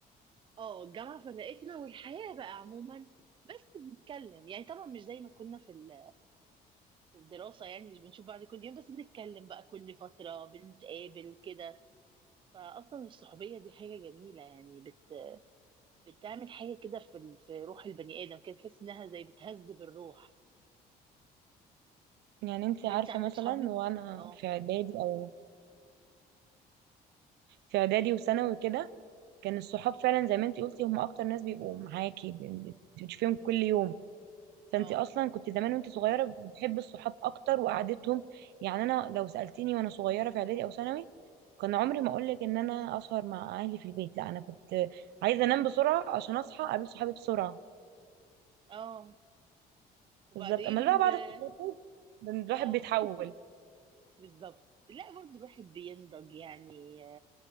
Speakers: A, on the right (about 30°); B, on the right (about 80°).
A: اه الجامعة فرقتنا والحياة بقى عموما بس بنتكلم يعني طبعا مش زي ما كنا في ال- في الدراسة يعني مش بنشوف بعض كل يوم بس بنتكلم بقى كل فترة بنتقابل كده فأصلا الصحوبية دي حاجة جميلة يعني بت بتعمل حاجة كده في ال- في روح البني آدم كده تحس إنها زي بتهذب الروح
B: يعني انت
A: طب
B: عارفة
A: أنت عندك
B: مثلا
A: صحاب من
B: وانا
A: اه
B: في اعدادي او في اعدادي وثانوي كده كان الصحاب فعلا زي ما انت قلتي هم اكتر ناس بيبقوا معاكي بت- بتشوفيهم كل يوم فانت
A: اه
B: اصلا كنت زمان وانت صغيرة بتحبي الصحاب اكتر وقعدتهم يعني انا لو سألتيني وانا صغيرة في اعدادي او ثانوي كان عمري ما اقولك ان انا اسهر مع اهلي في البيت لا انا كنت عايزة انام بسرعة عشان اصحى اقابل صحابي بسرعة
A: اه وبعدين
B: بالظبط اما بقى بعد
A: ده-
B: التخرج الواحد
A: اه
B: بيتحول
A: <laughs> بالظبط لا برضه الواحد بينضج يعني